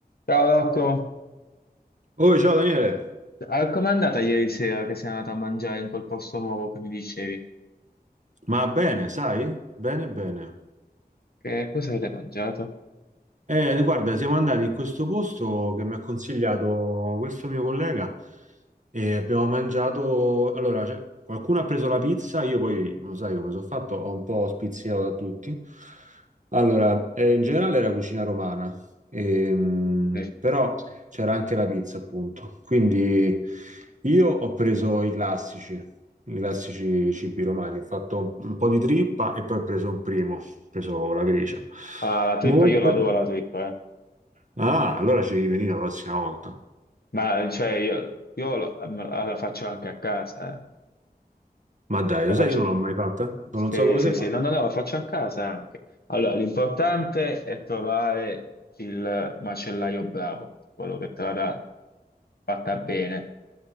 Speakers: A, on the left (about 65°); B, on the right (about 45°).
A: Ciao Rocco,
B: Oh, ciao Daniele,
A: Eh, com'è andata ieri sera che sei andata a mangiare in quel posto nuovo che mi dicevi?
B: ma bene, sai? Bene, bene.
A: Che cosa avete mangiato?
B: Eh, guarda, siamo andati in questo posto che mi ha consigliato questo mio collega e abbiamo mangiato. Allora, cioè, qualcuno ha preso la pizza, io poi, lo sai come sono fatto, ho un po' spizzicato da tutti. Allora, eh, in generale era cucina romana, ehm,
A: Sì.
B: però c'era anche la pizza, appunto. Quindi io ho preso i classici, i classici cibi romani, ho fatto un, un po' di trippa e poi ho preso un primo, ho preso la gricia.
A: Ah, la trippa,
B: Molte.
A: io l'adoro la trippa, eh.
B: Ah, allora ci riveni la prossima volta.
A: Ma cioè io, io lo- la, la faccio anche a casa, eh.
B: Ma dai,
A: La
B: lo sai,
A: faccio-
B: io non l'ho mai fatta, non
A: Sì,
B: lo so come
A: sì,
B: si fa.
A: sì, no, no, no, la faccio a casa anche. Allora, l'importante è trovare il macellaio bravo, quello che te la dà fatta bene.